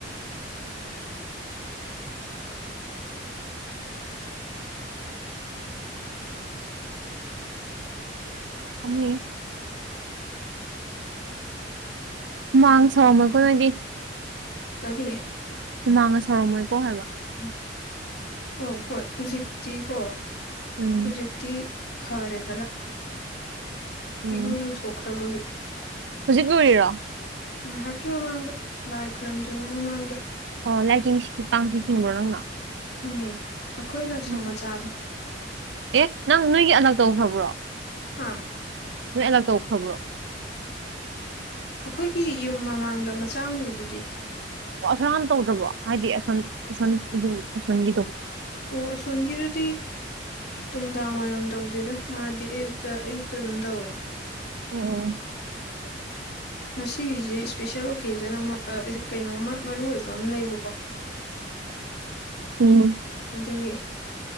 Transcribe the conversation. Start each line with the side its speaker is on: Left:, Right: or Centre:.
Left: <inaudible> ꯑ <inaudible>
Right: ꯑꯃꯤ <unintelligible> ꯍꯨꯃꯥꯟ ꯁꯥꯎꯕ ꯑꯩꯈꯣꯢꯅꯗꯤ
Left: ꯀꯔꯤ
Right: ꯅꯪ ꯉꯁꯥꯏ ꯁꯥꯎꯔ <unintelligible> ꯝꯃꯣꯏꯀꯣ ꯍꯥꯏꯕ
Left: ꯎ ꯑꯣ ꯍꯣꯏ ꯍꯧꯖꯤꯛꯇꯤꯀꯣ
Right: ꯎꯝ
Left: ꯍꯧꯖꯤꯛ ꯇꯤ ꯐꯔꯦ ꯈꯔꯥ
Right: ꯎꯝ
Left: ꯏꯔꯨ ꯂꯨꯊꯣꯛꯈ꯭ꯔꯕꯒꯤ
Right: ꯍꯧꯖꯤꯛ ꯂꯨꯔꯤꯔꯣ
Left: ꯉꯥꯏꯍꯥꯛꯀꯤ ꯃꯃꯥꯡꯗ ꯂꯥꯏ ꯈꯔꯨꯝꯗ꯭ꯔꯤꯉꯩ ꯃꯃꯥꯡꯗ
Right: ꯑꯣ ꯂꯥꯏꯇꯡꯁꯤ ꯈꯤ ꯄꯥꯡꯁꯤꯈꯤꯕꯕ꯭ꯔꯣ <unintelligible> ꯅꯪꯅ
Left: ꯈꯤꯡꯉꯤ ꯑꯩꯈꯣꯏ ꯂꯥꯏꯁꯪ
Right: ꯎꯝ
Left: ꯃꯆꯥꯗꫭ
Right: ꯑꯦ ꯅꯪ ꯅꯣꯏꯒꯤ ꯑꯂꯛ ꯇꯧꯈ꯭ꯔꯕ꯭ꯔꯣ
Left: ꯍꯥ
Right: ꯅꯣꯏ ꯑꯦꯂꯛ ꯇꯧꯈ꯭ꯔꯕ꯭ꯔꯣ
Left: ꯑꯩꯈꯣꯏꯒꯤ ꯌꯨꯝ ꯃꯃꯥꯡꯗ ꯃꯆꯥꯃꯥ ꯂꯩꯗꯨꯗꯤ
Right: ꯑꯣ ꯑꯁꯣꯅ <unintelligible> ꯇꯧꯗ꯭ꯔꯕꯣ ꯍꯥꯏꯗꯤ ꯑꯁ ꯑꯁ ꯑꯁꯣꯟꯒꯤꯗꫭ
Left: ꯑꯣ ꯑꯁꯣꯟꯒꯤꯗꯨꯗꯤ ꯅꯨꯡꯗꯥꯡ ꯋꯥꯏꯔꯝ ꯇꯧꯗ‌ꯦꯗ ꯃꯥꯗꯤ ꯑꯌꯨꯛꯇ ꯑꯌꯨꯛꯇ ꯑꯗꯨꯝ ꯇꯧꯋꯦ
Right: ꯑꯣ
Left: ꯉꯁꯤꯒꯤꯁꯤ ꯏꯁꯄꯤꯦꯁꯦꯜ ꯑꯣꯀꯦꯖꯟ ꯑꯃꯥ ꯀꯩꯅꯣꯝꯃ ꯃꯔꯨꯏꯕ ꯑꯃꯥ ꯂꯩꯕꯀꯣ
Right: ꯎꯝ
Left: ꯑꯗꯨꯒꯤ